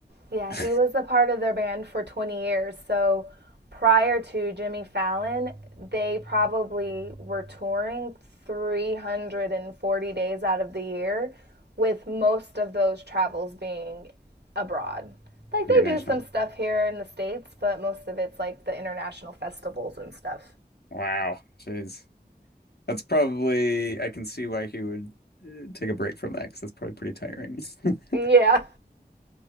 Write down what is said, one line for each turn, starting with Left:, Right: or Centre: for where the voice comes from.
Right: Yeah,
Left: <laughs>
Right: he was a part of their band for 20 years. So prior to Jimmy Fallon, they probably were touring 340 days out of the year, with most of those travels being abroad. Like
Left: International.
Right: they do some stuff here in the States, but most of it's like the international festivals and stuff.
Left: Wow. Jeez. That's probably, I can see why he would uh, take a break from that because that's probably pretty tiring. <laughs>
Right: Yeah,